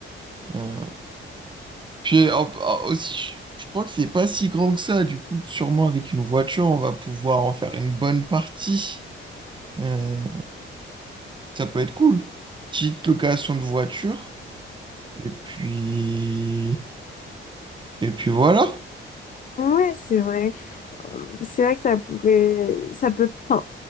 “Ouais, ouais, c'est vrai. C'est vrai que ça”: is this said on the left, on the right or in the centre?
Left